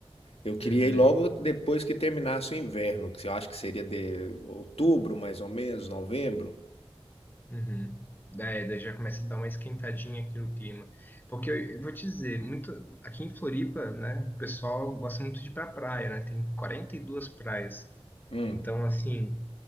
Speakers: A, on the left; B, on the left.
A: Eu queria
B: Uhum,
A: ir logo depois que terminasse o inverno, que eu acho que seria de outubro, mais ou menos, novembro.
B: uhum. É, daí já começa a dar uma esquentadinha aqui no clima. Porque eu, eu vou te dizer, muito, aqui em Floripa, né, o pessoal gosta muito de ir pra praia, né? Tem 42 praias.
A: Hum.
B: Então, assim,